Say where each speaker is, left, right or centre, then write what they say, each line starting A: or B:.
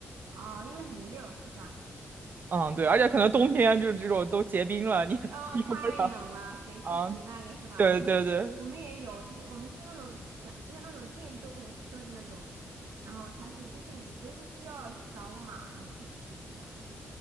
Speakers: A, on the right (about 80°); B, on the right (about 40°).
A: 哦，因为很热是吧？
B: 嗯对，而且可能冬天就是这种都结冰了，你 <laughs>
A: 哦，
B: 你用不了
A: 太冷了，谁去骑那个是吧？
B: 啊，对对对，
A: 我们我们也有，就是我们是那种想要那种电动车的那种，然后它是就是你都是需要扫码然后付钱这样。